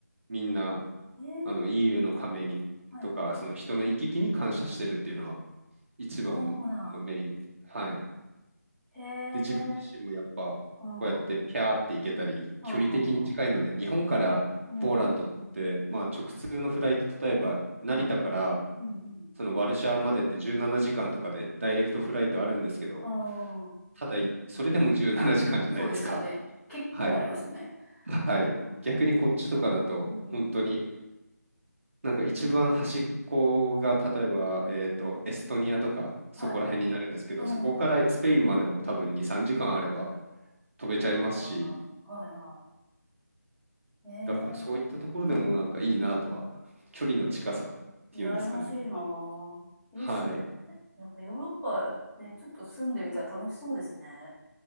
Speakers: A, on the right (about 45°); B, in the centre.
A: みんな
B: ええ
A: あの EU の加盟にとか、
B: はいはい。
A: その人の行き来に感謝してるっていうのは一番のメリット。
B: そうなん。
A: はい。
B: へえ。
A: で、自分自身もやっぱこうやってピャーって行けたり、
B: うん。うんうんう
A: 距離的に近いので、日本からポーランドって、
B: ん。うん。
A: まあ直通のフライト、例えば成田から
B: はい。うんうん。
A: そのワルシャワまでって17時間とかでダイレクトフライトあるんですけど、
B: はい。ああ、
A: ただ、それでも17時間じかんじゃないですか。
B: そうですよね。結構ありますよね。
A: はい。はい。
B: うん。
A: 逆にこっちとかだと、
B: うん
A: 本当になんか一番端っこが例えば、えーと、エストニアとかそこら辺になるんですけど、
B: はいはい。うん。
A: そこからスペインまでも多分2、
B: うん。
A: 3時間あれば飛べちゃいますし、
B: ああ、はいはい。
A: だからそういったところでもなんかいいなとは、
B: ええ
A: 距離の近さっていうんですかね。
B: 羨ましいなぁ。いいっすね。
A: はい。
B: なんかヨーロッパね、ちょっと住んでみたら楽しそうですね。